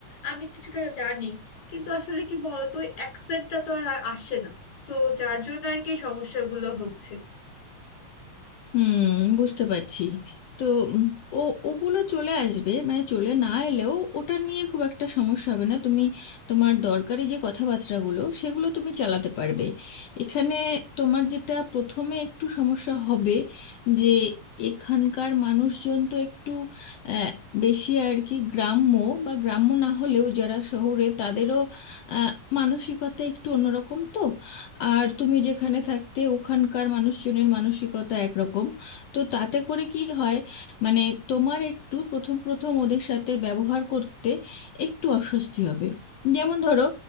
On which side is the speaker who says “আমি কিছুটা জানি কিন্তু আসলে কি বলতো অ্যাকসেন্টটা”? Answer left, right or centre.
Left